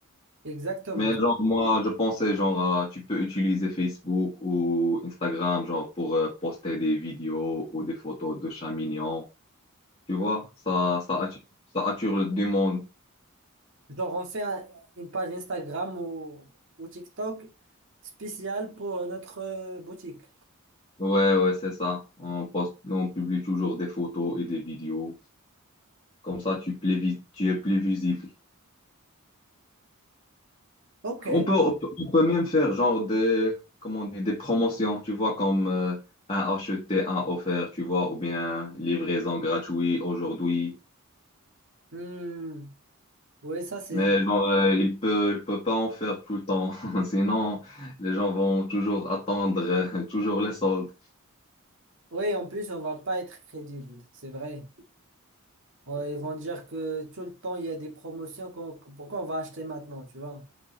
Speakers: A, on the right (about 55°); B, on the left (about 25°).
A: Exactement.
B: Mais genre, moi, je pensais, genre, à- tu peux utiliser Facebook ou Instagram, genre, pour euh, poster des vidéos ou des photos de chats mignons. Tu vois, ça, ça attire, ça attire le demande
A: Genre, on fait un- une page Instagram ou, ou TikTok spéciale pour notre euh, boutique.
B: Ouais, ouais, c'est ça. On poste, on publie toujours des photos et des vidéos. Comme ça, tu, plévi- tu es plus visible.
A: Ok.
B: On peut, on peut on peut même faire genre des, comment on dit, des promotions, tu vois, comme euh, un acheté, un offert, tu vois, ou bien livraison gratuite aujourd'hui.
A: Hmm. Oui, ça c'est.
B: Mais genre, euh, il peut, il peut pas en faire tout le temps. <laughs> Sinon, les gens vont toujours attendre, <laughs> euh, toujours les soldes.
A: Oui, en plus, on va pas être crédible, c'est vrai. Ouais, Ils vont dire que tout le temps, il y a des promotions. qu'on- Pourquoi on va acheter maintenant, tu vois?